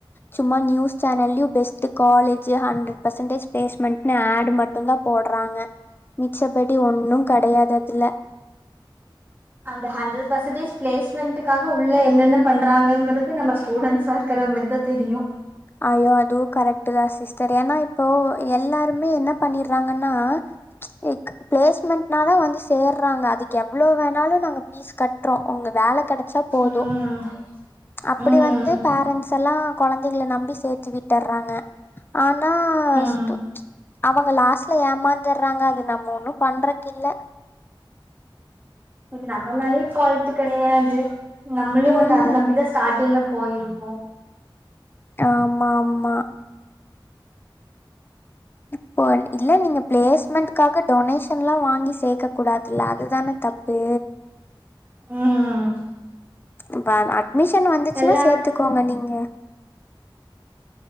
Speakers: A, on the left (about 25°); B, on the right (about 25°).
A: சும்மா நியூஸ் சானல்லயு பெஸ் ட் காலே ஹண்ட்ரட் பர்சன்டேஜ் பிளேஸ்மெட்னு ஆட் மட்டுந்தா போடுறாங்க மிச்சபடி ஒன்னு கிடையாது அதுல
B: அந்த ஹண்ட்ரட் பர்சன்டேஜ் பிளேஸ்மெண்டுக்காக உள்ள என்னென்ன பண்றாங்கங்கறது நம்ம ஸ்டூடண்ட்ஸா இருக்குறவங்களுக்கு தா தெரியு
A: ஐயோ அதுவு கரெக்டு தா சிஸ்டர் ஏன்னா இப்போ எல்லாருமே என்ன பண்ணிறாங்கன்னா லைக் பிளேஸ்மெண்ட்னாதா வந்து சேர்றாங்க அதுக்கு எவ்வளோ வேணாலு நாங்க ஃபீஸ் கட் அப்றோ உங்க வேலை கிடைச்சா போது
B: ம்
A: அப்படி
B: ம்
A: வந்து பேரண்ட்ஸ் எல்லா குழந்தைகள நம்பி சேத்து விட்டுறாங்க ஆனா ஸ்டூ
B: ம்
A: அவுங்க லாஸ்ட்ல ஏமாந்துர்றாங்க அது நம்ம ஒன்னு பண்றக்கு இல்ல
B: இது நம்ம மேலயு ஃபால்ட் கிடையாது நம்மளு
A: ம்
B: வந்து அதை நம்பிதா ஸ்டார்டிங்ல போயிருப்போ
A: ஆமா ஆமா இப்போ இல்ல நீங்க பிளேஸ்மெண்ட் க்காக டொனேஷன் எல்லா வாங்கி சேக்க கூடாதுல அதுதான தப்பு
B: ம்
A: <unintelligible> மிஷன் வந்துச்சுன்னா
B: எல்லாத்துக்கு
A: சேத்துக்கோங்க நீங்க